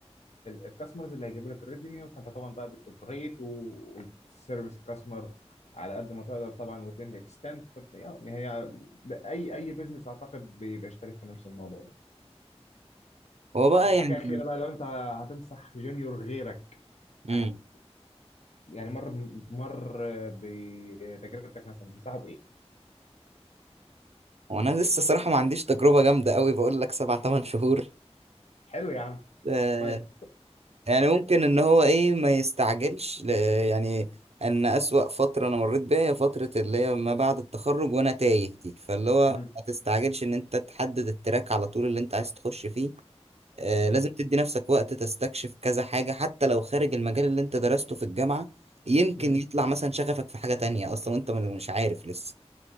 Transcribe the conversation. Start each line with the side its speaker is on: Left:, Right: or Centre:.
Left: الكاستمرز اللي هيجيبوا لك الريفينيو فانت طبعا بقى بتوبريت وتسيرفيس الكاستمر على قد ما تقدر طبعا within the extent فت- يعني هي اي اي بزنس اعتقد بيبقى شارك في نفس الموضوع ده
Right: هو بقى
Left: طب حاجه
Right: يعني
Left: اخيره بقى لو انت هتنصح جونيور غيرك
Right: امم
Left: هت... يعني مر مر بتجربتك مثلا تنصحه بايه؟
Right: هو انا لسه صراحة ما عنديش تجربة جامدة قوي بقول لك سبع تمن شهور
Left: حلو يا عم
Right: آه
Left: طيب
Right: يعني ممكن ان هو ايه ما يستعجلش ل- يعني ان اسوأ فترة انا مريت بيها هي فترة اللي هي ما بعد التخرج وانا تايه دي فاللي هو
Left: امم
Right: ما تستعجلش ان انت تحدد التراك على طول اللي انت عايز تخش فيه آه،
Left: بالظبط
Right: لازم تدي نفسك وقت تستكشف كذا حاجة حتى لو خارج المجال اللي انت درسته في الجامعة يمكن
Left: امم
Right: يطلع مثلا شغفك في حاجة تانية اصلا وانت م- مش عارف لسه